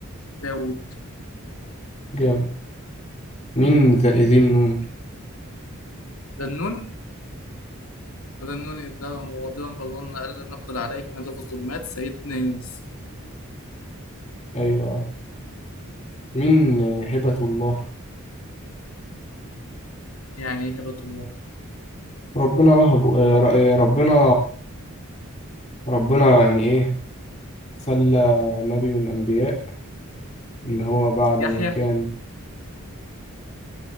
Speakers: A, on the left; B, on the left.
A: داوود
B: جامد مين ذا ذي النون؟
A: ذنون وذنون إذ ذهب مغاضبا فظن أن لن نقدر عليه فنادى في الظلمات سيدنا يونس
B: أيوة مين آه، هبة الله؟
A: يعني إيه هبة الله
B: ربنا وهب آه، ر- آه، ربنا ربنا يعني إيه خلى نبي من الأنبياء إن هو بعد
A: يحيى
B: ما كان